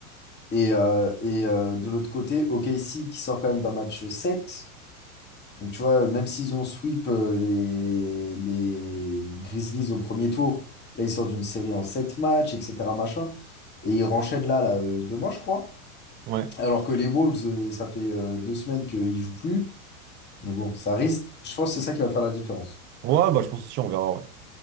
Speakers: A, on the left; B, on the right.
A: Et, euh, et euh, de l'autre côté, OKC qui sort quand même d'un match 7. Donc tu vois, même s'ils ont sweep euh, les, les Grizzlies au premier tour, là ils sortent d'une série en 7 matchs, etc. Machin, et ils renchaînent là, là euh, demain, je crois.
B: Ouais.
A: Alors que les Wolves, euh, ça fait euh, deux semaines qu'ils jouent plus. Donc bon, ça risque, je pense que c'est ça qui va faire la différence.
B: Ouais, bah, je pense aussi, on verra, ouais.